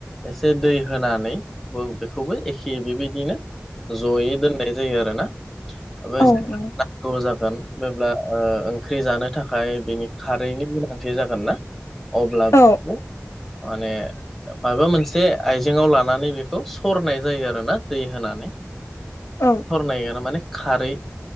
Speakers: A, in the centre; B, on the left (about 60°).
A: एसे दै होनानै बेखौबो एखे बेबायदिनो जयै दोननाय जायो आरोना <unintelligible> द
B: औ नंगौ
A: जागोन बेब्ला ओ ओंख्रि जानो थाखाय बेनि खारैनि गोनांथि जागोन ना अब्लाबो
B: औ
A: बेखौ माने माबा मोनसे आइजेङाव लानानै बेखौ सरनाय जायो आरो ना दै होनानै
B: औ
A: सरनाया माने खारै